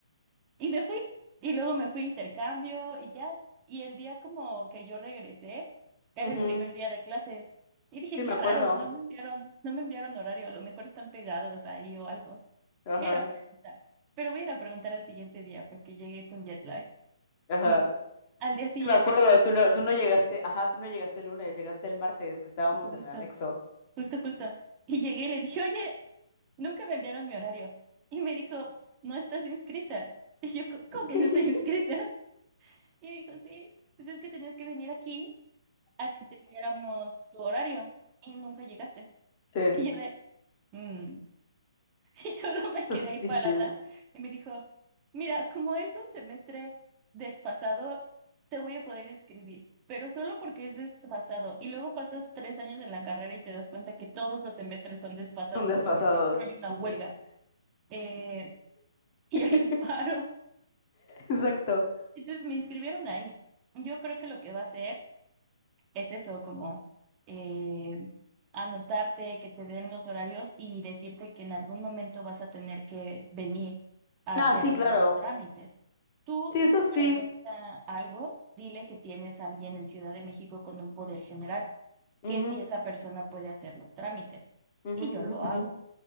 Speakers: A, on the right; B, on the left.
A: Y me fui. Y luego me fui a intercambio y ya. Y el día como que yo regresé, era
B: ujú.
A: el primer día de clases. Y dije,
B: Sí,
A: qué
B: me acuerdo.
A: raro, no me enviaron, no me enviaron horario, a lo mejor están pegados ahí o algo.
B: Ajá.
A: Voy a ir a preguntar. Pero voy a ir a preguntar al siguiente día porque llegué con jet lag.
B: Ajá.
A: Y al día siguiente
B: Sí, me acuerdo.
A: me dijeron,
B: Tú no, tú no llegaste. Ajá, tú no llegaste el lunes, llegaste el martes, que estábamos
A: justo,
B: en el anexo.
A: justo, justo. Y llegué y le dije, oye, nunca me enviaron mi horario. Y me dijo, no estás inscrita. Y yo, "¿Cómo cómo que
B: <laughs>
A: no estoy inscrita? Y me dijo, sí, pues es que tenías que venir aquí a que te diéramos tu horario y nunca llegaste.
B: Sí.
A: Y yo de, "Mm". <laughs> Y solo me
B: Suspicious.
A: quedé ahí parada y me dijo, mira, como es un semestre desfasado, te voy a poder inscribir, pero solo porque es desfasado. Y luego pasas tres años de la carrera y te das cuenta que todos los semestres son desfasados
B: Son desfasados.
A: porque siempre hay una
B: Ujú.
A: huelga eh, y
B: <laughs>
A: hay un paro.
B: Exacto.
A: Entonces me inscribieron ahí. Yo creo que lo que va a hacer es eso, como eh, anotarte, que te den los horarios y decirte que en algún momento vas a tener que venir a
B: Ah,
A: hacer
B: sí,
A: algunos
B: claro.
A: trámites. Tú,
B: Sí,
A: si
B: eso
A: te
B: sí.
A: pregunta algo, dile que tienes a alguien en Ciudad de México con un poder general,
B: Ujú,
A: que si esa persona puede hacer los trámites.
B: ujú,
A: Y yo
B: ujú,
A: lo hago.
B: ujú.